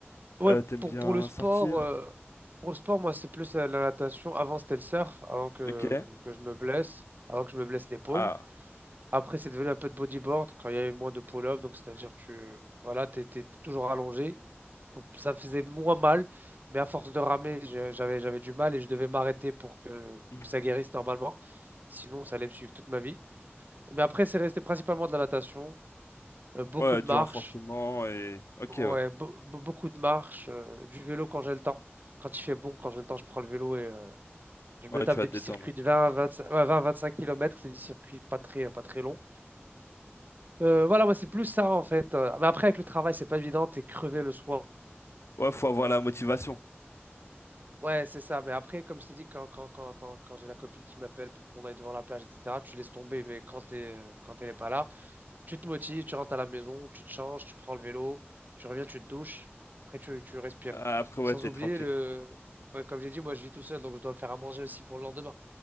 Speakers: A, on the right; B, on the left.
A: Ouais,
B: euh, t'aimes
A: pour,
B: bien
A: pour le sport,
B: sortir.
A: euh, pour le sport, moi, c'est plus euh, la natation. Avant, c'était le surf, avant que,
B: Ok.
A: que je me blesse, avant que je me blesse l'épaule.
B: Ah.
A: Après, c'est devenu un peu de bodyboard quand il y avait moins de pull-up, donc c'est-à-dire tu euh, voilà, t'étais toujours allongé, donc ça faisait moins mal, mais à force de ramer, je- j'avais j'avais du mal et je devais m'arrêter pour que
B: Hmm.
A: ça guérisse normalement, sinon ça allait me suivre toute ma vie. Mais après, c'est resté principalement de la natation, euh, beaucoup
B: Ouais,
A: de
B: du
A: marches,
B: renforcement et. Ok,
A: ouais,
B: ouais.
A: be- be- beaucoup de marches, euh, du vélo quand j'ai le temps, quand il fait bon, quand j'ai le temps, je prends le vélo et euh, je me
B: Ouais,
A: tape
B: tu vas
A: des
B: te
A: petits
B: détendre.
A: circuits de 20, 25, ouais, 20, 25 km, c'est des circuits pas très pas très longs. Euh, voilà, ouais, c'est plus ça en fait. Euh, Mais après, avec le travail, c'est pas évident, t'es crevé le soir.
B: Ouais, faut avoir la motivation.
A: Ouais, c'est ça. Mais après, comme je t'ai dit, quand, quand, quand, quand, quand j'ai la copine qui m'appelle pour qu'on aille devant la plage, etc., tu laisses tomber. Mais quand t'es, euh, quand elle n'est pas là, tu te motives, tu rentres à la maison, tu te changes, tu prends le vélo, tu reviens, tu te douches, après tu, tu respires.
B: Ah, Après,
A: Sans
B: ouais, t'es
A: oublier
B: tranquille.
A: le. ouais, comme j'ai dit, moi je vis tout seul, donc je dois me faire à manger aussi pour le lendemain.